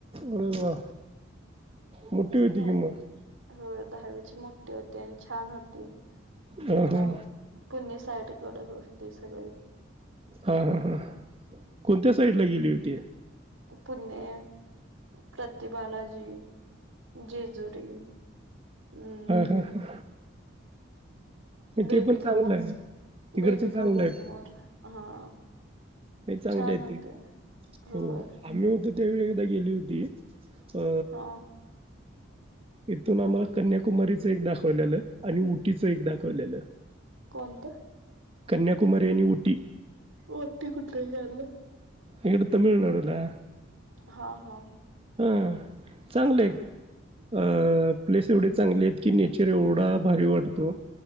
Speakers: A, on the right (about 30°); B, on the right (about 80°).
A: अरे वा मोठी होती
B: दहावीची
A: की मग.
B: हो. दहावीची मोठी होती आणि छान होती
A: हा
B: इकडं
A: हा
B: पुणे साईड कडे होते सगळी.
A: हा हा हा कोणत्या साईड ला गेली होती?
B: पुणे, प्रतिबालाजी, जेजुरी. हम्म
A: हा हा हा.
B: बेबिका
A: ते पण चांगलं
B: मक
A: आहे. तिकडच
B: बेबिका
A: चांगलं
B: मकमर
A: आहे.
B: हा
A: नाही चांगल
B: छान
A: आहे
B: होते.
A: ते
B: होय
A: हो आम्ही हो त्या वेळी एकदा गेली होती. अ
B: हा
A: इथून आम्हाला कन्याकुमारीच एक दाखवलेलं आणि ऊटीच एक दाखवलेलं.
B: कोणतं?
A: कन्याकुमारी आणि ऊटी.
B: उटी कुठं हे आलं?
A: इकडं तमिळनाडूला.
B: हा हा.
A: हा चांगले अं प्लेस एवढी चांगली आहेत की नेचर एवढा भारी वाटतो